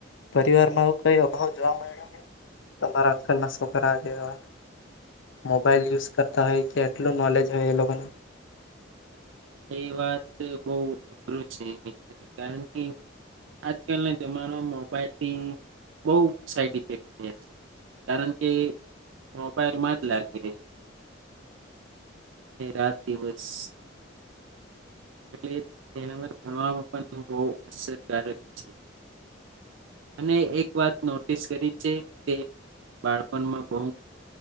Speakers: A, on the left; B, on the right.
A: પરિવારમાં આવો કંઈ અભાવ જોવા મળ્યો ને? તમારા અંકલના સોકરા કે આવા મોબાઈલ યુઝ કરતા હોય કે એટલું નોલેજ હોય એ લોકોને
B: એ વાત બહુ અઘરું છે. કારણ કે આજકાલના જમાનામાં મોબાઈલથી બહુ સાઈડ ઇફેક્ટ થયા છે. કારણ કે મોબાઈલમાં જ લાગી રહે. એ રાત દિવસ.. એટલે ભણવામાં પણ બહુ અસરકારક છે. અને એક વાત નોટિસ કરી છે. તે બાળપણમાં બહુ